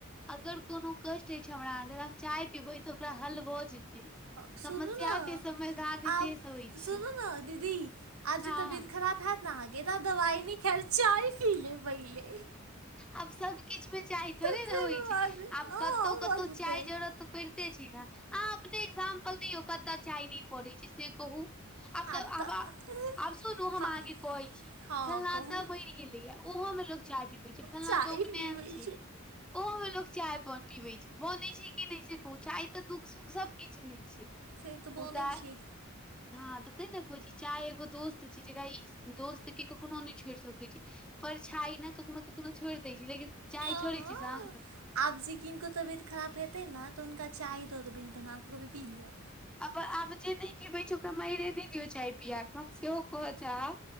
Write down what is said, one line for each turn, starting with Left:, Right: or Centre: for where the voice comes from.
Centre: अगर कोनो कष्ट अछि छै हमरा अन्दर हम चाय पीबै तऽ ओकरा हल भऽ जेतै
Right: हँ सुनू
Centre: समस्या
Right: ने
Centre: के समाधान
Right: आब
Centre: एतहि से होइ
Right: सुनू
Centre: छै
Right: ने दीदी आब जे
Centre: हँ।
Right: तबियत खराब हयैत न ने अहाँ के तब दवाई न खैर चाय पीले पहिले
Centre: आब सब किछ मे चाय थोड़े
Right: तकर
Centre: ने होइ छै
Right: बाद
Centre: आब
Right: हँ
Centre: कतौ कतौ
Right: भऽ जेतै
Centre: चाय जरत पढ़िते छी ने अहाँ अपने एक्जाम्पल दियौ कतऽ जााय नहि पड़ैत छै से कहू आब
Right: हँ तऽ
Centre: आब आब सुनू हम
Right: हँ
Centre: आहके
Right: हँ
Centre: कहै छी
Right: हँ
Centre: फलना
Right: कहू
Centre: तऽ भ गेलैए ओहोमे लोक चाय पीबैत छै फलला
Right: चाय
Centre: त उपनयन
Right: पीबै
Centre: छै ओहो मे लोग चाय पीबै छै बनै छै कि नहि छै चाय तऽ दुःख सुख सब किछु मे छै
Right: से तऽ बनै
Centre: उदाय
Right: छै
Centre: हँ तऽ ते ने कह छ छी चाय एगो दोस्त छी जेकरा दोस्त क कखनो नहि छेड़ सकै छै परछाइ नहि कखनो कखनो छोड़ि दै छी लेकिन चाय
Right: हँ
Centre: छोड़ैत छै संग
Right: आब से किनको तबियत खराब हेतै ने तऽ हुनका चाय दऽ देबिन बना कर कि पी लिया
Centre: आब आब जे नहि पीबे छै ओकरा माररे नहि दियो चाय पियिया के हम सेहो कहऽ चाहब